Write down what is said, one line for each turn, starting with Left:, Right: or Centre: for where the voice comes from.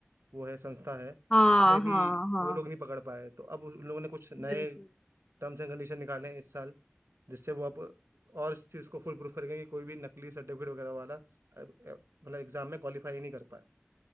Right: वो है संस्था है
Left: हाँ
Right: उसमें भी
Left: हाँ हाँ
Right: वो लोग नहीं पकड़ पाए तो अब उस- उन लोगों ने कुछ नए
Left: बिल्कुल
Right: टर्म्स एंड कंडीशन निकाले हैं इस साल जिससे वो अब और इस चीज़ को फुल प्रूफ करेंगे कि कोई भी नकली सर्टिफिकेट वगैरह वाला अब- अब- मतलब एग्जाम में क्वालिफाई नहीं कर पाए